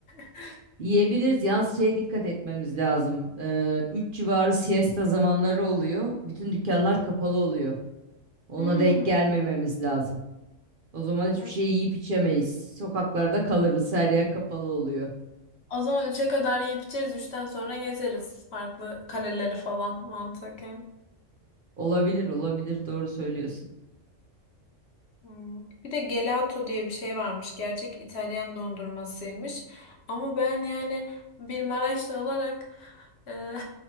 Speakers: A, on the left; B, on the right.
A: <laughs>
B: Yiyebiliriz. Yalnız şeye dikkat etmemiz lazım. Ee, 3 civarı siesta zamanları oluyor. Bütün dükkanlar kapalı oluyor. Ona
A: Hmm.
B: denk gelmememiz lazım. O zaman hiçbir
A: Hmm.
B: şey yiyip içemeyiz. Sokaklarda kalırız. Her yer kapalı oluyor.
A: O zaman 3'e kadar yiyip içeriz. üçten sonra gezeriz farklı kaleleri falan mantıken.
B: Olabilir, olabilir. Doğru söylüyorsun.
A: Hmm. Bir de gelato diye bir şey varmış. Gerçek İtalyan dondurmasıymış. Ama ben yani bir Maraşlı olarak e, <laughs>